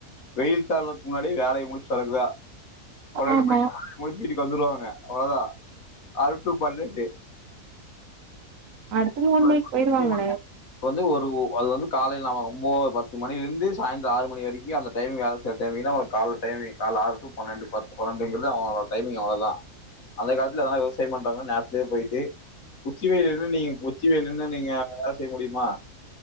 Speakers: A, on the left; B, on the right.
A: வெயில் தாளறக்கு முன்னாடியே வேலைய முடிச்சுட்டு வரக்குதா பன்னெண்டு
B: ஆமா
A: மணிக்கு வேலைய முடிச்சுட்டு வீட்டுக்கு வந்துடுவாங்க அவ்ளதா ஆறு டூ பன்னெண்டு <inaudible>
B: அடுத்து மூணு மணிக்கு போயிருவாங்க
A: வந்து ஒரு அது வந்து காலைல அவ ஒம்போது பத்துமணிலிருந்து சாய்ந்தர ஆறு மணிவரைக்கு அந்த டைமிங் வேல செய்ற டைமிங்தா ஒரு கால டைமிங் காலல ஆறு டூ பன்னண்டு பது பன்னெண்ட்ரைங்கிறதே அவ அவ டைமிங் அவ்ளோதா அதே காலத்துல எதா விவசாய பண்றாங்கனா நேரத்திலயே போயிட்டு உச்சி வெயில்ல நீங்க உச்சி வெயில்ல நின்னு நீங்க வேல செய்ய முடியுமா